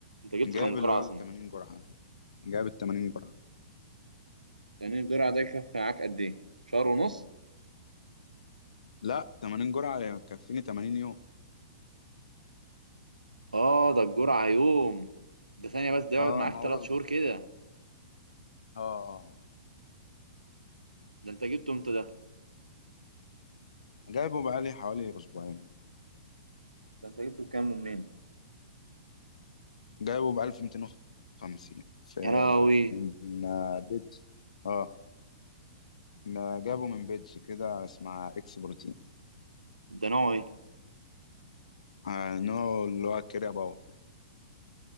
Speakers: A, on the right (about 80°); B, on the left (about 65°).
A: أنت جبت
B: جايب
A: كام جرعة
B: اللي هو
A: أصلا
B: ال 80 جرعه جايب ال 80 جرعه
A: يعني الجرعة ده يكفي معاك قد إيه شهر ونص
B: لا 80 جرعه يكفيني 80 يوم
A: اه ده الجرعة يوم ده ثانية بس ده يقعد
B: اه
A: معاك
B: ما
A: تلات
B: هو ال-
A: شهور كده
B: اه آه.
A: ده انت جبته امتى ده
B: جايبه بقالي حوالي اسبوعين
A: ده انت جبته بكام ومنين؟
B: جايبه ب 1250 في
A: يا لهوي
B: من آه، بيج اه ما جابه من بيج كده اسمها اكس بروتين
A: ده نوعه ايه
B: آه نوع اللي هو الكريا باور